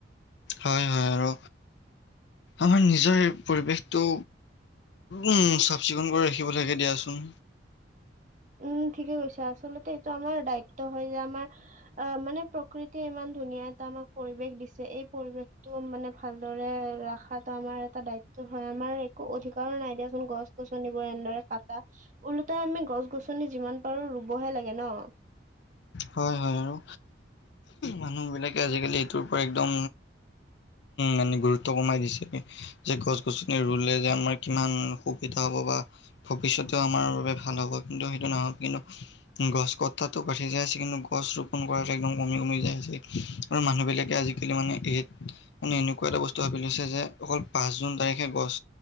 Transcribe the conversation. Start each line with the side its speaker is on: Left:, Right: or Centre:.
Left: হয় হয় আৰু আমাৰ নিজৰে পৰিৱেশটো উম' চাফ-চিকুণ কৰি ৰাখিব লাগে দিয়াচোন।
Right: উম' ঠিকে কৈছা, আচলতে এইটো আমাৰ দায়িত্ব হয় যে আমাৰ- অ মানে প্ৰকৃতিয়ে ইমান ধুনীয়া এটা আমাক পৰিৱেশ দিছে, এই পৰিৱেশটো মানে ভালদৰে ৰখাত টো আমাৰ এটা দায়িত্ব হয়। আমাৰ একো অধিকাৰো নাই দিয়াচোন গছ-গছনিবোৰ এনেদৰে কাটা, ওলোটাই আমি গছ-গছনি যিমান পাৰো ৰুবহে লাগে ন।
Left: হয় হয়, আৰু মানুহ বিলাকে আজিকালি এইটোৰ পৰা একদম, মানে গুৰুত্ব কমাই দিছে, যে গছ-গছনি ৰুলে যে আমাৰ কিমান সুবিধা হ'ব বা- ভৱিষ্যতে আমাৰ বাবে ভাল হ'ব, কিন্তু সেইটো নহ কিন্তু গছ <unintelligible> আছে কিন্তু গছ ৰোপন কৰাটো একদম কমি কমি যায় আছে। আৰু মানুহ বিলাকে আজিকালি মানে এই মানে এনেকুৱা এটা বস্তু ভাবি লৈছে যে, অকল পাঁচ জুন তাৰিখে গছ